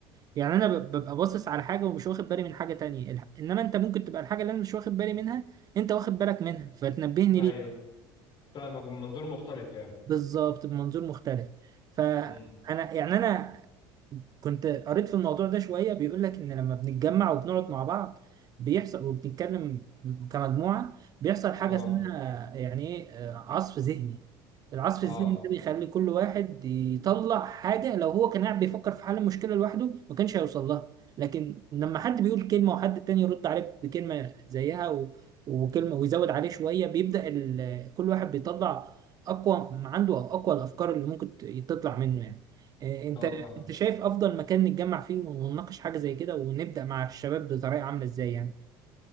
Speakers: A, on the right; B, on the left.
A: يعني انا ب- ببقى باصص على حاجه ومش واخد بالي من حاجه تانية الح- انما انت ممكن تبقى الحاجه اللي انا مش واخد بالي منها انت واخد بالك منها فتنبهني
B: ايوه
A: ليه
B: فاهمك من منظور مختلف يعني
A: فبالظبط بمنظور مختلف فانا
B: امم
A: يعني انا كنت قريت في الموضوع ده شوية بيقول لك إن لما بنتجمع وبنقعد مع بعض بيحصل وبنتكلم كمجموعة بيحصل حاجة
B: اه
A: اسمها يعني إيه آه، عصف ذهني العصف
B: اه
A: الذهني ده بيخلي كل واحد يطلع حاجة لو هو كان قاعد بيفكر في حل المشكلة لوحده ما كانش هيوصل لها لكن لما حد بيقول كلمة وحد تاني يرد عليه بكلمة زيها و... وكلمة ويزود عليه شوية بيبدأ ال... كل واحد بيطلع أقوى ما عنده أو أقوى الأفكار اللي ممكن ت- تطلع منه يعني آه، انت
B: اه فاهم
A: انت شايف افضل مكان نتجمع فيه ونناقش حاجه زي كده ونبدا مع الشباب بطريقه عامله ازاي يعني